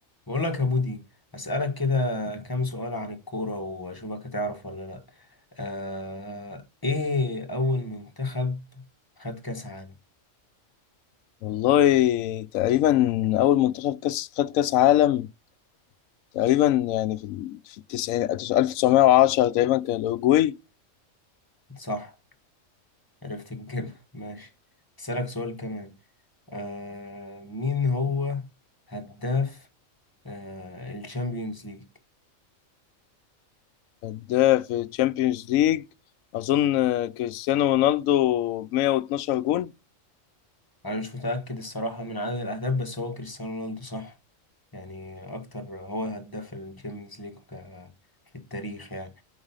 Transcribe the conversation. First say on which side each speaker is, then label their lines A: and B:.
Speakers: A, on the left; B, on the left.
A: بقول لك يا بودي أسألك كده كام سؤال عن الكورة وأشوفك هتعرف ولا لأ آه إيه أول منتخب خد كأس عالم
B: والله تقريبا أول منتخب كاس خد كاس عالم تقريبا يعني في ال- في التسعين ألف تسعمية وعشرة تقريبا كان الأوروجواي
A: صح عرفت تجيبها <laughs> ماشي أسألك سؤال كمان آه مين هو هداف آه الشامبيونز ليج
B: كان ده في تشامبيونز ليج أظن كريستيانو رونالدو بمية واتناشر جون
A: أنا مش متأكد الصراحة من عدد الأهداف بس هو كريستيانو رونالدو صح يعني أكتر هو هداف الشامبيونز ليج آه، في التاريخ يعني